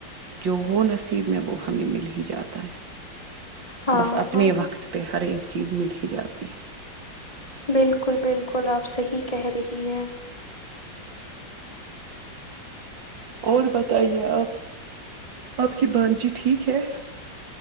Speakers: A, on the right (about 80°); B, on the left (about 20°).
A: جو ہو نصیب میں وہ ہمیں ملے جاتا ہے
B: ہاں
A: بس اپنے
B: ہاں
A: وقت پہ ہر ایک چیز مل ہی جاتی ہے
B: بالکل بالکل آپ صحی کہہ رہی ہیں
A: اور بتائیے آپ آپ کی بانجی ٹھیک ہے